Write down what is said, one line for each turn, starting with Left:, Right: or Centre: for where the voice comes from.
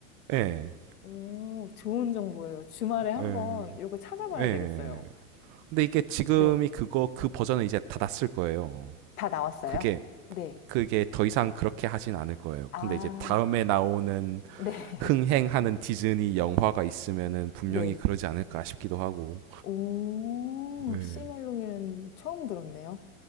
Right: 예.
Left: 오, 좋은 정보예요. 주말에 한번
Right: 예.
Left: 이거 찾아봐야
Right: 예.
Left: 되겠어요.
Right: 근데 이게 지금이
Left: 네.
Right: 그거 그 버전은 이제 닫았을 거예요.
Left: 다 나왔어요?
Right: 그게
Left: 네.
Right: 그게 더 이상 그렇게 하진 않을 거예요.
Left: 아,
Right: 근데 이제 다음에 나오는
Left: 네.
Right: 흥행하는 디즈니 영화가 있으면은
Left: <laughs>
Right: 분명히
Left: 네.
Right: 그러지 않을까 싶기도 하고.
Left: 오,
Right: 예.
Left: 씨멀롱이는 처음 들었네요.